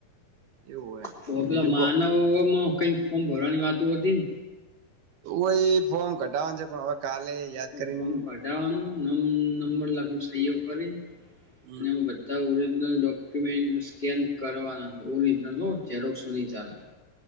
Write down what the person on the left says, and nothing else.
તો પેલા
માનવમાં
કઈક ફોર્મ ભરવાની વાત હતી ને?
ફોમ કઢાવવાનું <unintelligible> સહીઓ કરીને
બધા ઓરજનલ ડોક્યુમેન્ટ સેકેડ કરવા ન ઓરિજનલ હો ઝેરોક્ષ નહી ચાલે.